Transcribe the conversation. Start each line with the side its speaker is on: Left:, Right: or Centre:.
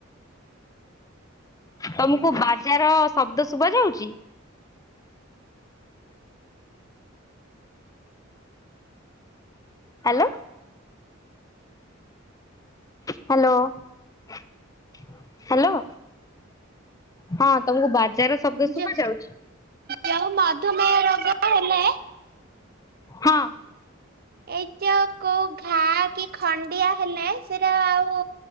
Left: ତମୁକୁ ବାଜାର ଶବ୍ଦ ଶୁଭା ଯାଉଚି? ହାଲୋ। ହାଲୋ-ହାଲୋ। ହଁ ତମୁକୁ ବାଜାର ଶବ୍ଦ ଶୁଭା
Right: ଯେ
Left: ଯାଉଚି?
Right: ଯୋଉ ମାଧୁମେୟ ରୋଗ ହେଲେ
Left: ହଁ।
Right: ଏଇ ଯଉ କୋଉ ଘା କି ଖଣ୍ଡିଆ ହେଲେ ସେଟା ଆଉ